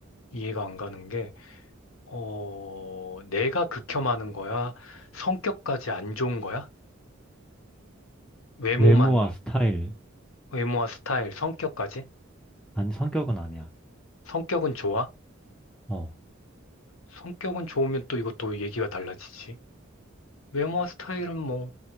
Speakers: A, on the left; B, in the centre.
A: 이해가 안 가는 게, 어, 내가 극혐하는 거야? 성격까지 안 좋은 거야? 외모만,
B: 외모와 스타일,
A: 외모와 스타일, 성격까지?
B: 아니, 성격은 아니야.
A: 성격은 좋아?
B: 어,
A: 성격은 좋으면 또 이것도 얘기가 달라지지. 외모와 스타일은 뭐,